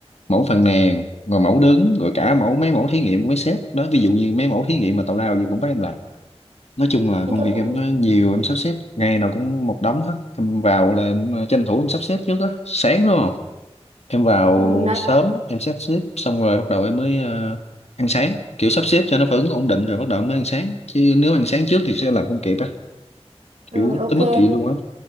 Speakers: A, on the left (about 80°); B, on the right (about 85°).
A: mẫu phàn nàn rồi mẫu đứng rồi cả mẫu mấy mẫu thí nghiệm của mấy sếp đó ví dụ như mấy mẫu thí nghiệm mà tào lao gì cũng bắt em làm nói chung là
B: Nói
A: công
B: chung
A: việc em nó nhiều em sắp xếp ngày nào cũng một đống hết em vào là em à, tranh thủ em sắp xếp trước đó sáng đúng không em vào
B: ừ, nói.
A: sớm em sắp xếp xong rồi bắt đầu em mới ờ, ăn sáng kiểu sắp xếp cho nó phản ứng ổn định rồi bắt đầu mới ăn sáng chứ nếu ăn sáng trước thì sẽ làm không kịp á
B: Ừ,
A: kiểu
B: ok.
A: tới mức vậy luôn á